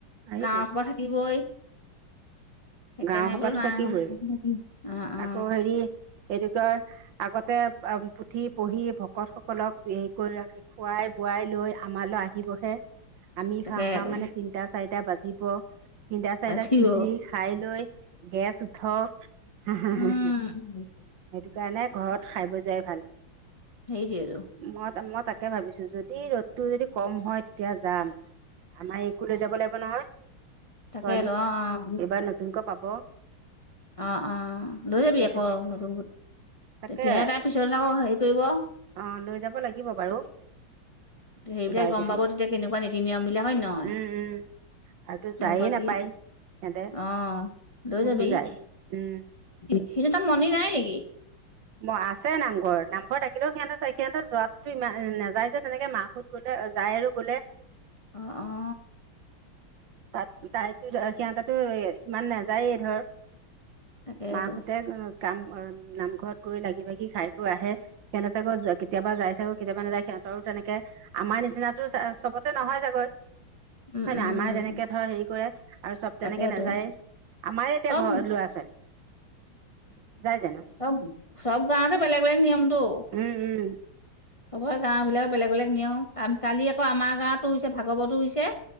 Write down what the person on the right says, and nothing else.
আহিবই
গাঁও সোপাতো
থাকিবই
আকৌ হেৰি এইটো ক আগতে পুথি পঢ়ি ভকত সকলক হেৰি কৰি ৰাখে খোৱাই বোৱাই লৈ আমালৈ আহিবহে। আমি
খাওঁ খাওঁ মানে তিনটা চাৰিটা বাজিব। তিনিটা চাৰিটাত
সিচি খাই লৈ গেছ উঠক হা হা
হা সেইটো কাৰণে ঘৰত খাই বৈ যোৱাই ভাল।
মই মই তাকে ভাবিছো যদি ৰ'দটো যদি কম হয় তেতিয়া যাম। আমাৰ একো লৈ যাব লাগিব নহয়।
ছোৱালীক
এইবাৰ নতুনকৈ পাব।
তাকে
তাকে
অ' লৈ যাব লাগিব বাৰু।
যায়
যদি
উম উম আৰুতো
যায়ে নাপায়
সিহঁতে
ক'তনো
যায় উম
ম আছে নামঘৰ নামঘৰ ত কিন্তু সিহঁতে চা সিহঁতে যোৱাতটো ইমান নাযায় যে তেনেকে মাকত গ'লে যায় আৰু গ'লে
তাত তাইতো সিহঁতো সিমান নাযায়েই ধৰ।
মাকহতে কাম নামঘৰত গৈ লাগি ভাগি খাইবোৰ আহে সেহেতে চাগৈ কেতিয়াবা যাই চাগৈ কেতিয়াবা নযায় সিহঁতৰ আৰু তেনেকে আমাৰ নিচিনাটো চ'বতে নহয় চাগৈ।
হয় না
আমাৰ যেনে কে ধৰ হেৰি কৰে আৰু চ'ব
তেনেকে নাযায়েই আমাৰে এতিয়া
ঘৰ ল'ৰা ছোৱালী যাই য
উম উম